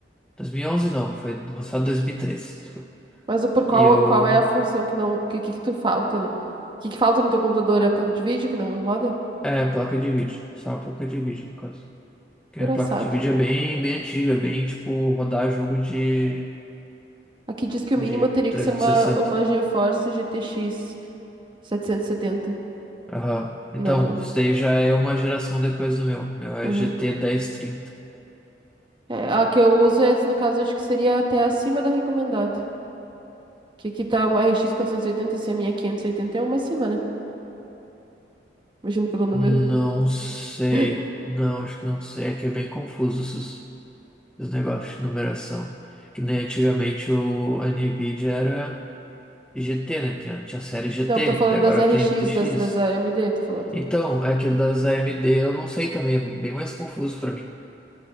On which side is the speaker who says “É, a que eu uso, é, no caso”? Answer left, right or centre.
Right